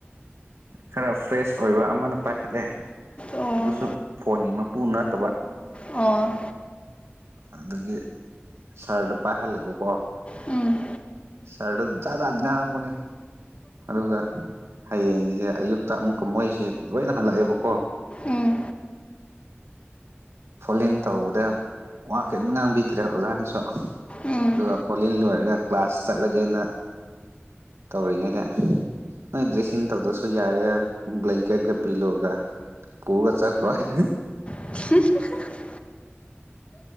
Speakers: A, on the right; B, on the left.
A: ꯈꯔ ꯐ꯭ꯔꯦꯁ ꯑꯣꯏꯕ ꯑꯃꯅ ꯄꯥꯏꯈꯠꯂꯦ
B: ꯑꯣ
A: ꯑꯗꯨꯁꯨ ꯐꯣꯟꯒꯤ ꯇ ꯅꯠꯇꯕ
B: ꯑꯣ
A: ꯑꯗꯨꯗꯒꯤ ꯁꯔꯗ ꯄꯥꯏꯍꯜꯂꯦꯕꯀꯣ
B: ꯎꯝ
A: ꯁꯔꯠꯇ ꯖꯥꯠꯖꯥꯠ ꯉꯥꯡꯕꯅꯦ ꯑꯗꯨꯒ ꯍꯌꯦꯡꯁꯦ ꯑꯌꯨꯛꯇ ꯑꯃꯨꯛꯀ ꯃꯣꯏꯁꯦ ꯂꯣꯏꯅ ꯍꯜꯂꯛꯑꯦꯕꯀꯣ
B: ꯎꯝ
A: ꯐꯣ ꯏꯟ ꯇꯧꯕꯗ ꯋꯥ ꯀꯔꯤꯝ ꯉꯥꯡꯕꯤꯗ꯭ꯔꯦ ꯑꯣꯖꯥꯅꯁꯨ
B: ꯎꯝ
A: ꯑꯗꯨꯒ ꯐꯣꯂꯤꯟ ꯂꯣꯏꯔꯒ ꯀ꯭ꯂꯥꯁ ꯆꯠꯂꯒꯦꯅ ꯇꯧꯔꯤꯉꯩꯗ ꯅꯣꯏ ꯗ꯭ꯔꯦꯁꯤꯡ ꯇꯧꯗꯁꯨ ꯌꯥꯔꯦ ꯕ꯭ꯂꯦꯡꯀꯦꯠꯀ ꯄꯤꯂꯣꯒ ꯄꯨꯔꯒ ꯆꯆꯥ ꯈꯔꯥꯏ
B: <unintelligible>